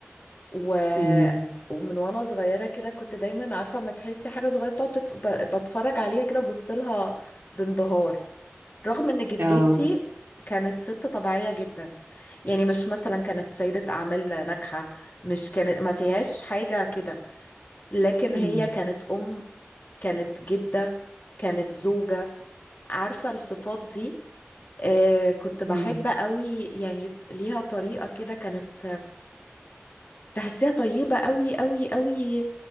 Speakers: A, on the left (about 40°); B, on the right (about 60°).
A: و...
B: امم
A: ومن وانا صغيره كده كنت دايما عارفه ما تحسي حاجه صغيره تقعد تت... ب... بتفرج عليها كده ببص لها بانبهار رغم ان جدتي
B: اه
A: كانت ست طبيعيه جدا يعني مش مثلا كانت سيده اعمال ناجحه مش كانت ما فيهاش حاجه كده لكن
B: امم
A: هي كانت ام كانت جده كانت زوجه عارفه الصفات دي آه كنت بحب
B: امم
A: قوي يعني ليها طريقه كده كانت تحسيها طيبة قوي قوي قوي